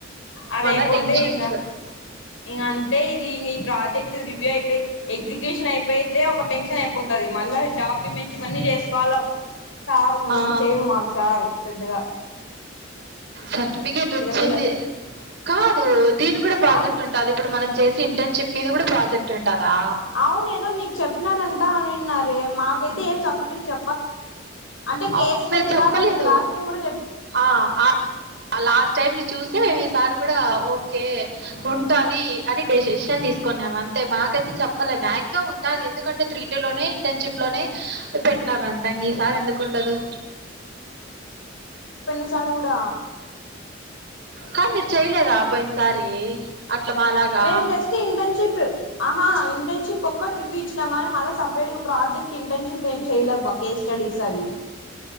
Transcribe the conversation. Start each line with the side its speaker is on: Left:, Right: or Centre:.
Left: అదే
Right: మన
Left: ఐపోతే
Right: టెన్షన్స్
Left: ఇంగ ఇం అంతే ఇది ఇ ఈ ప్రాజెక్ట్ రి అయిపోయి ఎగ్జిక్యూషన్ అయిపోయితే ఒక టెన్షన్ అయిపోతుంది మళ్ళీ డాక్యుమెంట్స్ ఇవన్నీ చేసుకోవాల సారు
Right: ఆ
Left: ఏం చెయ్యరు మాకు సారు పెద్దగ
Right: సర్టిఫికేట్ వచ్చింది
Left: మీద
Right: కాదు దీని కూడ ప్రాజెక్ట్
Left: ఆ
Right: ఉంటది ఇప్పుడు మనం చేసి ఇంటర్న్షిప్ మీద కూడా ప్రాజెక్ట్ ఉంటదా?
Left: అవును ఏదో మీకు చెప్పినారంటా అనిన్నారే మాకైతే ఏం సపరేట్ చె అంటే కేసు
Right: అబ్బే!
Left: స్టడీ
Right: చెప్పలేదు.
Left: లాగ మీకు లాస్ట్ టైమ్ కూడ
Right: ఆ లాస్ట్ టైం ని చూసే మే ఈసారి కూడా ఓకే ఉంటది అని డెసిష తీసుకున్నాం అంతే మాకైతే చెప్పలేదు మ్యాక్సిమం ఉంటుంది ఎందుకంటే త్రీ టూ లోనే ఇంటర్న్షిప్ లోనే పెట్టినార అంటాంగ సార్ ఎందుకుండదు
Left: ఈసారి గూడ
Right: కానీ మీరు చేయలేదా పోయినసారి అట్లా మాలాగా?
Left: మేం జస్ట్ ఇంటర్న్షిప్ ఇంటర్న్షిప్ ఒక్కటి రివ్యూ ఇచ్చినాం కానీ మళ్ళీ సపరేట్ గా ప్రాజెక్ట్ ఇంటర్న్షిప్ ఏం చేయలేబ్ బా కే స్టడీస్ అవి